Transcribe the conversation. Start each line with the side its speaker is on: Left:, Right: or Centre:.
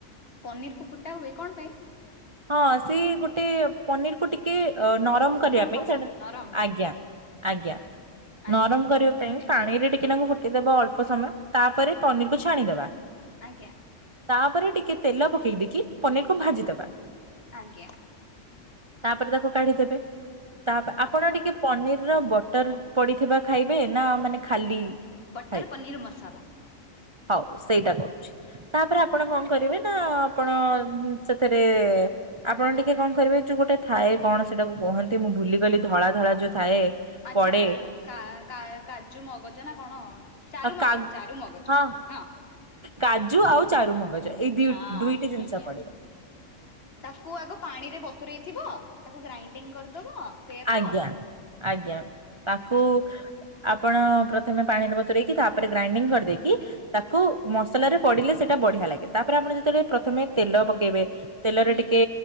Left: ପନିର କୁ ଫୁଟା ହୁଏ କଣ ପାଇଁ?
Right: ହଁ ସେ ଗୋଟେ ପନିରକୁୁ ଟିକେ ଅ ନରମ କରିବା ପାଇଁ
Left: ହବ
Right: ସେଟା
Left: ନରମ
Right: ଆଜ୍ଞା ଆଜ୍ଞା।
Left: ଆଜ୍ଞା
Right: ନରମ କରିବା ପାଇଁ ପାଣିରେ ଟିକେ ନାଁକୁ ଫୁଟିଦବା ଅଳ୍ପ ସମୟ ତାପରେ ପନିରକୁୁ ଛାଣିଦବା।
Left: ଆଜ୍ଞା।
Right: ତାପରେ ଟିକେ ତେଲ ପକେଇ ଦେଇକି ପନିରକୁ ଭାଜିଦବା।
Left: ଆଜ୍ଞା।
Right: ତାପରେ ତାକୁ କାଢିଦେବେ ତାପ
Left: ଆଜ୍ଞା
Right: ଆପଣ ଟିକେ ପନିରର ବଟର ପଡିଥିବା ଖାଇବେ ନା ମାନେ ଖାଲି
Left: ବଟର
Right: ଖାଇବେ?
Left: ପନୀର୍ ମଶାଲା।
Right: ହଉ ସେଇଟା କରୁଛି ତାପରେ ଆପଣ କଣ କରିବେ ନା ଆପଣ ସେଥିରେ ଆପଣ ଟିକେ କଣ କରିବେ ଯୋଉ ଗୋଟେ ଥାଏ କଣ ସେଟାକୁ କୁହନ୍ତି ମୁଁ ଭୁଲିଗଲି ଧଳା ଧଳା ଯୋଉ ଥାଏ।
Left: ଆଛା
Right: ପଡେ
Left: କା କା କାଜୁ ମଗଜ ନା କଣ ଚାରୁ
Right: ଆଉ
Left: ମଗଜ
Right: କା
Left: ଚାରୁ ମଗଜ।
Right: ହଁ
Left: ହଁ
Right: କାଜୁ ଆଉ ଚାରୁମଗଜ ଏଇ ଦ
Left: ହଁ
Right: ଦୁଇଟି ଜିନିଷ
Left: ଆଜ୍ଞା
Right: ପଡେ।
Left: ତାକୁ ଆଗ ପାଣି ରେ ବତୁରେଇ ଥିବ ତାକୁ ଗ୍ରାଇଣ୍ଡିଙ୍ଗ କରିଦବ। ସେଇଆ ତ
Right: ଆଜ୍ଞା ଆଜ୍ଞା ତାକୁ
Left: ଆଜ୍ଞା
Right: ଆପଣ ପ୍ରଥମେ ପାଣିରେ ବତୁରେଇକି ତାପରେ ଗ୍ରାଇଣ୍ଡିଙ୍ଗ କରିଦେଇକି ତାକୁ ମସଲାରେ ପଡିଲେ ସେଇଟା ବଢିଆ ଲାଗେ ତାପରେ ଆପଣ ଯେତେବେଳେ ପ୍ରଥମେ ତେଲ ପକେଇବେ ତେଲରେ
Left: ହୁଁ
Right: ଟିକେ